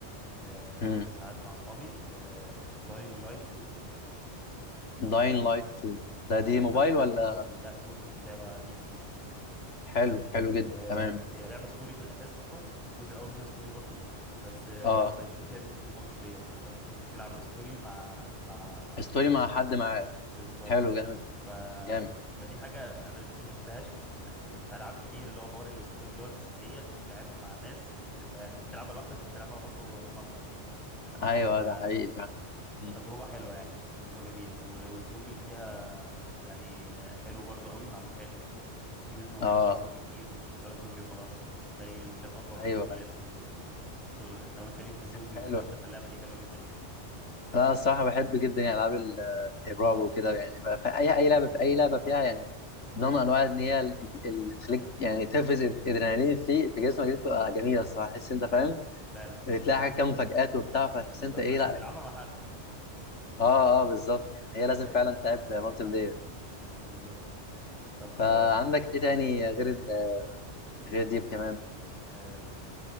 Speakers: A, in the centre; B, on the left.
A: آه،
B: امم
A: ساعات مع اصحابي داينج لايت 2
B: داين لايت 2 ده
A: عارفها
B: دي موبايل
A: بتاعت
B: ولا
A: الزومبي لا زومبي لعبه بي سي
B: حلو حلو جدا
A: آه،
B: تمام
A: هي لعبه ستوري في الاساس اصلا والجزء الاول منها ستوري برضو بس آه،
B: اه
A: ضايفين فيها ميزه المالتي بلاير فانت ممكن تلعب الستوري مع مع
B: ستوري
A: شخصيات
B: مع حد
A: تانية
B: معاك
A: بالظبط
B: حلو جامد
A: ف...
B: جامد
A: فدي حاجه انا ش- ما شفتهاش في... في العاب كتير اللي هو حوار الستوري اللي هو الاساسيه تقوم لعبها مع ناس تبقى يعني ممكن تلعبها لوحدك ممكن تلعبها برضو مالتي
B: ايوه
A: ف...
B: ده حقيقي فعلا
A: فتجربه
B: مم.
A: حلوه يعني تجربه جميله و- والزومبي اللي فيها يعني حلو برضو قوي معمول حلو وفي منه
B: اه
A: انواع زومبي كتير مش مجرد زومبي وخلاص تلاقي زومبيات اقوى
B: ايوه
A: من زومبيات
B: ايوه
A: والشغل ده لو انت ليك في الزومبي
B: حلو
A: والكلام ده فاللعبه دي حلوه جدا ليه
B: انا الصراحه بحب جدا يعني العاب ال- الرعب وكده يعني بقى في اي اي لعبه في اي لعبه فيها يعني نوع من انواع ان هي ال- اللي تخليك يعني تفرز إد- ادرينالين في في جسمك دي بتبقى جميله الصراحه تحس انت فاهم
A: فعلا فعلا
B: بتلاقي
A: و-
B: حاجات كام مفاجآت وبتاع فتحس
A: بالظبط
B: انت ايه
A: بس
B: لا
A: تلعبها مع حد
B: اه اه بالظبط يعني
A: ده
B: هي لازم
A: لازم
B: فعلا تلعب مالتي
A: اه
B: بلاير
A: بالظبط طب
B: فعندك ايه تاني غير ال... غير ديب كمان
A: آم،